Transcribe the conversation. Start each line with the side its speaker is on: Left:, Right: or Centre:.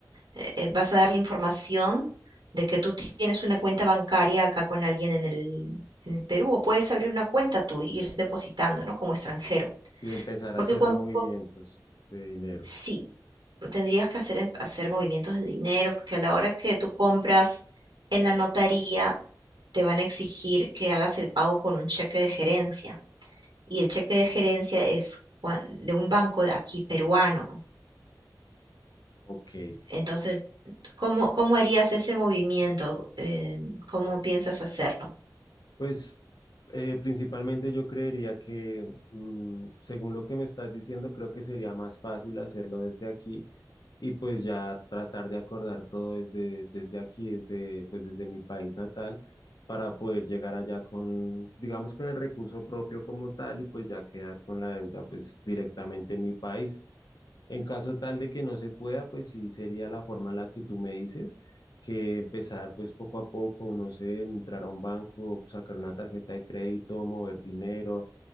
Right: eh, eh, vas a dar la información de que tú tienes una cuenta bancaria acá con alguien en el, en el Perú o puedes abrir una cuenta tú e ir depositando, ¿no? Como extranjero.
Left: y empezar
Right: Porque
Left: a hacer
Right: cuando
Left: movimientos de dinero.
Right: sí, tendrías que hacer, em- hacer movimientos de dinero, porque a la hora que tú compras en la notaría, te van a exigir que hagas el pago con un cheque de gerencia. Y el cheque de gerencia es cua- de un banco de aquí peruano.
Left: Ok,
Right: Entonces, ¿Cómo, cómo harías ese movimiento? Eh, ¿cómo piensas hacerlo?
Left: pues eh, principalmente yo creería que, mm, según lo que me estás diciendo, creo que sería más fácil hacerlo desde aquí y pues ya tratar de acordar todo desde, desde aquí, desde, pues desde mi país natal, para poder llegar allá con, digamos, con el recurso propio como tal y pues ya quedar con la deuda pues directamente en mi país. En caso tal de que no se pueda, pues sí sería la forma en la que tú me dices, que empezar pues poco a poco, no sé, entrar a un banco, sacar una tarjeta de crédito, mover dinero,